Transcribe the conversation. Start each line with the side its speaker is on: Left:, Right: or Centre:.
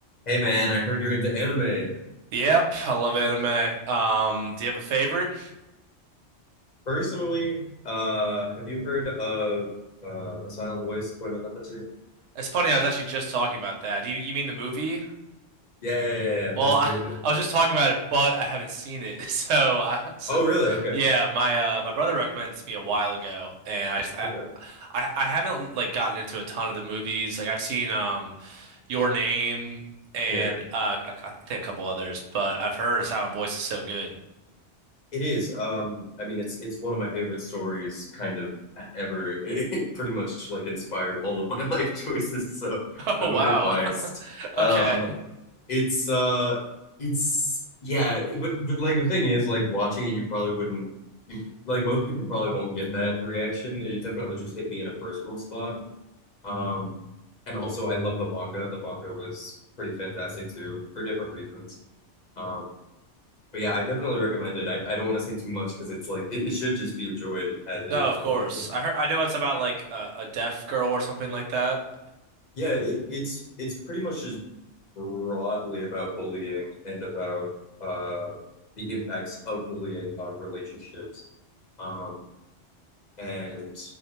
Left: Hey man, I heard you're into anime.
Right: Yep, I love anime. Um, do you have a favorite?
Left: Personally, uh, have you heard of uh, A Silent Voice, Koi no Katachi?
Right: It's funny, I was actually just talking about that. Do you, you mean the movie?
Left: Yeah, yeah, yeah, yeah.
Right: Well,
Left: That's
Right: I,
Left: crazy.
Right: I was just talking about it, but I haven't seen it. <laughs> So, I, so
Left: Oh, really? Okay.
Right: yeah, my uh, my brother recommended it to me a while ago, and I just I,
Left: Okay.
Right: I I haven't like gotten into a ton of the movies. Like I've seen um, Your Name and
Left: Yeah.
Right: uh, I, I think a couple others, but I've heard Silent Voice is so good. <laughs>
Left: It is. Um, I mean, it's it's one of my favorite stories, kind of ever. <laughs> It pretty much like inspired all of my <laughs> life choices, so
Right: Oh
Left: I'm
Right: wow,
Left: a bit biased.
Right: <laughs>
Left: Um,
Right: okay.
Left: it's uh, it's yeah, but but like the thing is, like watching it, you probably wouldn't. You, like most people probably won't get that reaction. It definitely just hit me in a personal spot. Um, and also I love the manga. The manga was pretty fantastic too, for different reasons. Um, but yeah, I definitely recommend it. I, I don't want to say too much because it's like it, it should just be enjoyed as is
Right: No, of course.
Left: probably.
Right: I heard, I know it's about like a, a deaf girl or something like that.
Left: Yeah, it, it's it's pretty much just broadly about bullying and about uh the impacts of bullying on relationships. Um, and